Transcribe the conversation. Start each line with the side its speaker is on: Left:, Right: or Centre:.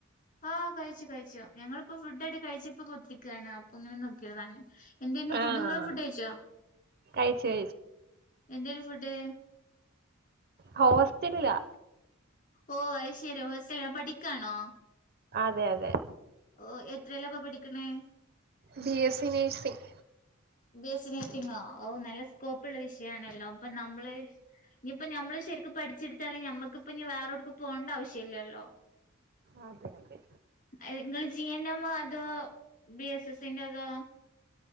Left: ആഹ് കഴിച്ച് കഴിച്ചു ഞങ്ങളിപ്പോ ഫുഡക്കെ കഴിച്ചിപ്പ കുത്തിരിക്കാണ് അപ്പങ്ങനെ നോക്കിയതാണ്. എന്തേര്ന്ന്
Right: ആഹ്
Left: ഫുഡ് ങ്ങള് ഫുഡഴിച്ചോ
Right: കഴിച്ച്
Left: എന്തേര്ന്ന് ഫുഡ്?
Right: ഹോസ്റ്റലിലാ.
Left: ഓ അയ് ശെരി ഹോസ്റ്റലി പഠിക്കാണോ?
Right: അതെയതെ.
Left: ഓ എത്രേലപ്പൊപഠിക്കണേ?
Right: B S C nursing.
Left: B S C നേർസിംങ്ങോ ഓ നല്ല സ്കോപ്പൊള്ള വിഷയാണല്ലോ അപ്പ നമ്മള് ഇനിപ്പ നമ്മള് ശെരിക്കു പഠിച്ചെടുത്താലെ ഞമ്മക്കിപ്പനി വേറോടുക്ക് പോണ്ട ആവിശ്യല്ലല്ലോ?
Right: ആതെ അതെ.
Left: ഏഹ് ങ്ങള് ജി എൻ എം ഓ അതോ ബി എസ് എസ്സിന്റെതോ?